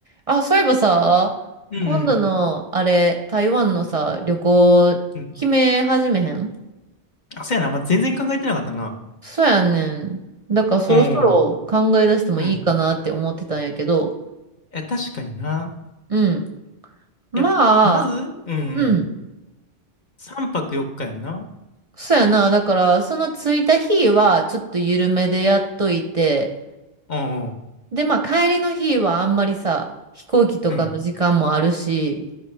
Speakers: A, on the right; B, on the left.
A: あ、そういえばさ、
B: うんうん
A: 今度の、あれ、台湾のさ、旅行、
B: うん。
A: 決め始めへん
B: あ、そうやな。まあ、全然考えてなかったな。
A: そうやねん。だからそろそろ考え出してもいいかなって思ってたんやけど、
B: うん。うん。いや、確かにな。
A: うん。まあ、
B: いや、まず、うんうん。
A: うん。
B: 3泊4日やんな。
A: そうやな。だから、その着いた日は、ちょっと緩めでやっといて、
B: うんうん。
A: で、まあ、帰りの日はあんまりさ、飛行機とかの時間もあるし、
B: うん。